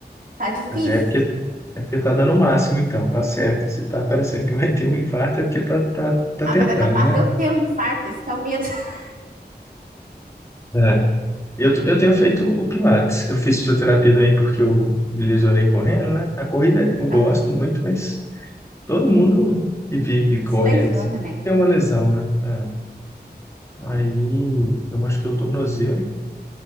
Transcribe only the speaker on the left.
Pois é, é porque,
é porque tá dando o máximo, então, tá certo. Se tá parecendo que vai <laughs> ter um infarto, é porque tá, tá, tá
tentando,
né?
É. Eu, eu tenho feito o Pilates. Eu fiz fisioterapia também porque eu me lesionei correndo, né? A corrida eu gosto
muito, mas todo mundo que vive
correndo
assim,
tem uma lesão, né? É. Aí eu machuquei o tornozelo.